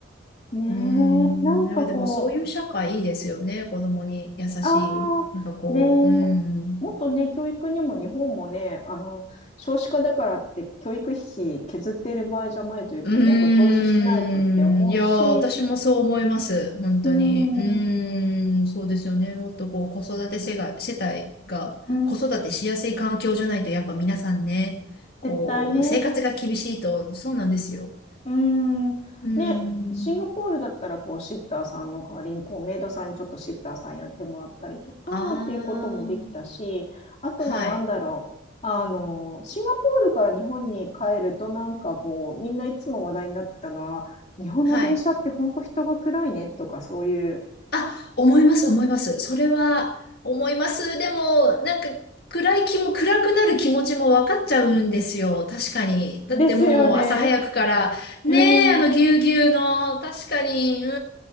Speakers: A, on the left; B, on the left.
A: ねえ、
B: うーん、
A: なんかこ
B: いや、でもそういう社会いいですよね。子供に優しい。
A: う、ああ、
B: なんかこう、
A: ね
B: うん。
A: え、もっとね、教育にも日本もね、あの、少子化だからって教育費削っている場合じゃないというか、
B: うーん、
A: もっと投資しないとって思うし、
B: いや、私もそう思います。本当に。
A: うん、
B: うーん、
A: う
B: そうですよね。もっとこう、子育て世が、世帯が、
A: ん、
B: 子育てしやすい環境じゃないと、やっぱ皆さんね、こう、
A: 絶対ね、
B: 生活が厳しいと、そうなんですよ。
A: うーん。
B: うーん。
A: で、シンガポールだったら、こう、シッターさんの代わりに、こう、メイドさんにちょっとシッターさんやってもらったりとかっていうこともできたし、
B: ああ、
A: あとは何だろう。
B: はい、
A: あの、シンガポールから日本に帰ると、なんかこう、みんないつも話題になってたのは、日本の電車って本当人が暗いねとか、
B: はい。
A: そういう。
B: あ、思います、思います。それは思います。でも、なんか暗い気も、暗くなる気持ちも分かっちゃうんですよ。確かに。だってもう朝早くから、
A: ですよね。
B: ねえ、
A: うん。
B: あのぎゅうぎゅうの、確かに、う